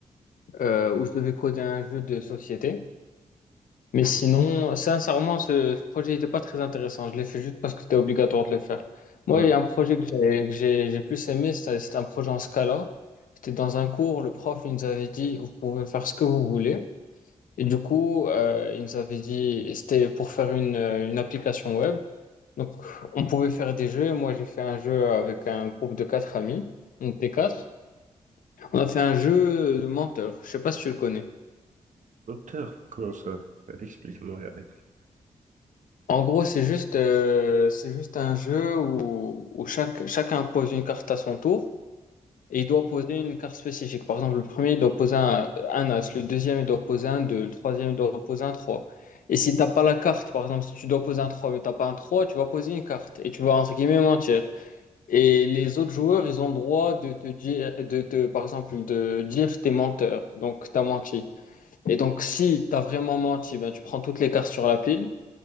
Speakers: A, on the left; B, on the right.
A: euh, où je devais coder un jeu de société. Mais sinon, sincèrement, ce ce projet n'était pas très intéressant. Je l'ai fait juste parce que c'était obligatoire de le faire. Moi,
B: Hum,
A: il y a un projet que j'ai que j'ai j'ai plus aimé, c'était c'était un projet en Scala. C'était dans un cours, le prof il nous avait dit, vous pouvez faire ce que vous voulez. Et du coup, euh, il nous avait dit, et c'était pour faire une, euh, une application web. Donc, on pouvait faire des jeux. Moi, j'ai fait un jeu avec un groupe de quatre amis. On était quatre. On a fait un jeu de menteur. Je sais pas si tu le connais.
B: Docteur, comment ça? Explique-moi les règles.
A: En gros, c'est juste, euh, c'est juste un jeu où, où chaque, chacun pose une carte à son tour et il doit poser une carte spécifique. Par exemple, le premier, il doit poser un, un as, le deuxième, il doit poser un 2. le troisième, il doit poser un 3. Et si t'as pas la carte, par exemple, si tu dois poser un 3 mais t'as pas un 3, tu vas poser une carte et tu vas entre guillemets mentir. Et les autres joueurs, ils ont le droit de te dire, de te, par exemple, de dire t'es menteur, donc t'as menti. Et donc, si t'as vraiment menti, ben, tu prends toutes les cartes sur la pile.